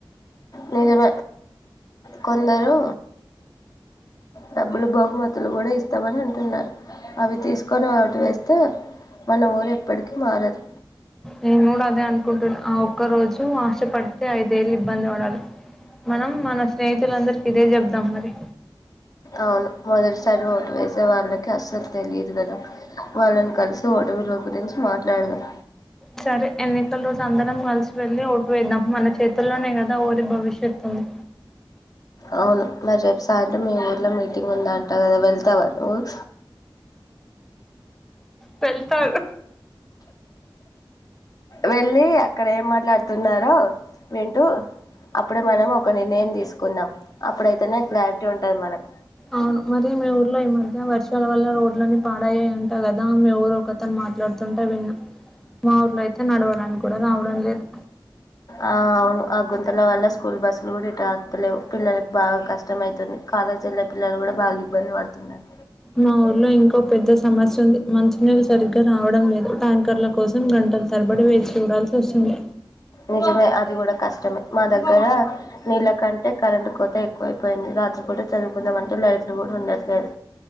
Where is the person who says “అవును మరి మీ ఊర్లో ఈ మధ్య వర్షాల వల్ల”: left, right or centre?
Centre